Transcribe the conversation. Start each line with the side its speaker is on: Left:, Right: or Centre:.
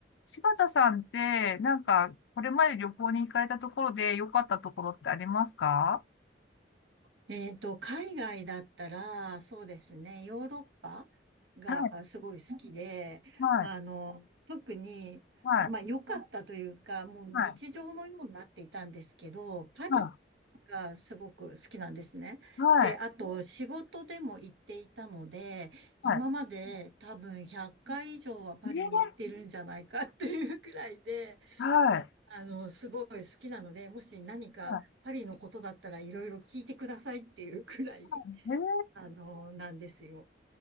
Left: 柴田さんって、なんか、これまで旅行に行かれたところで良かったところってありますか
Right: えっと、海外だったら、そうですね、ヨーロッパがすごい好きで、
Left: はい、はい、
Right: あの、特に、
Left: はい、
Right: まあ良かったというか、もう日常のようになっていたんですけど、
Left: はい、
Right: パリ
Left: は
Right: がすごく好きなんですね。
Left: い、はい、
Right: で、あと仕事でも行っていたので、今まで多分100回以上はパリに行ってるんじゃないかっていうくらいで、
Left: はい。えー、はい、
Right: あの、すごい好きなので、もし何かパリのことだったらいろいろ聞いてくださいっていうくらい、
Left: はい。えー、
Right: あの、なんですよ。